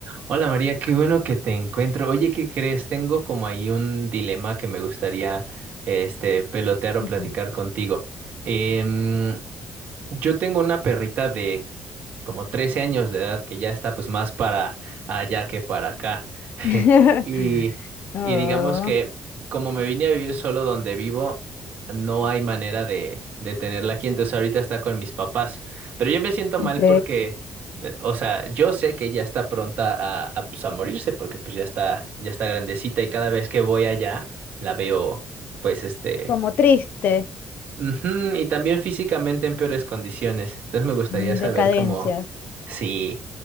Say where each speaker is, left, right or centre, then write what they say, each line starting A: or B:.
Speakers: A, on the right; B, on the left.
A: Hola María, qué bueno que te encuentro. Oye, ¿qué crees? Tengo como ahí un dilema que me gustaría este pelotear o
B: Mm.
A: platicar contigo. Em, yo tengo una perrita de como 13 años de edad, que ya está pues más para allá que para acá. <laughs>
B: <laughs>
A: Y,
B: Oh,
A: y digamos que como me vine a vivir solo donde vivo, no hay manera de, de tenerla aquí, entonces ahorita está con mis papás. Pero yo me siento mal
B: ok.
A: porque, eh, o sea, yo sé que ya está pronta a, a, pues, a morirse porque pues ya está, ya está grandecita y cada vez que voy allá la veo pues este...
B: Como triste.
A: Ujú, y también físicamente en peores condiciones. Entonces me gustaría
B: mm,
A: saber
B: Decadencia.
A: cómo, sí,